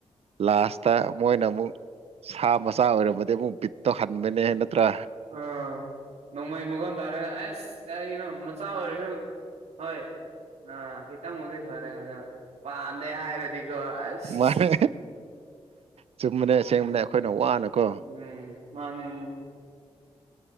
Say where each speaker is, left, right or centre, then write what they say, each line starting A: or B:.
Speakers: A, on the right; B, on the right.
A: ꯂꯥꯁꯇ ꯃꯣꯏꯅ ꯑꯃꯨꯛ ꯁꯥ ꯃꯆꯥ ꯑꯣꯏꯔꯝꯃꯗꯤ ꯑꯃꯨꯛ ꯕꯤꯠꯇ ꯇꯧ ꯍꯟꯕꯅꯦ ꯅꯠꯇ꯭ꯔꯥ
B: ꯑꯥ ꯅꯣꯡꯃꯩ ꯃꯒꯣꯟꯜ ꯇꯥꯔ ꯑꯁ ꯀꯔꯤꯒꯤꯅꯣ ꯃꯆꯥ ꯑꯣꯏꯔꯁꯨ ꯍꯣꯏ ꯑ ꯒꯤꯤꯇꯥ ꯃꯗ ꯐꯔꯦ ꯍꯥꯏ ꯑꯗ ꯄꯥꯟꯝꯗꯦ ꯍꯥꯏꯔꯗꯤꯀꯣ ꯑꯁ
A: ꯃꯥꯅꯦ ꯆꯨꯝꯕꯅꯦ ꯑꯁꯦꯡꯕꯅꯦ ꯑꯩꯈꯣꯏꯅ ꯋꯥꯅꯀꯣ
B: ꯎꯝ ꯃꯥꯅꯦ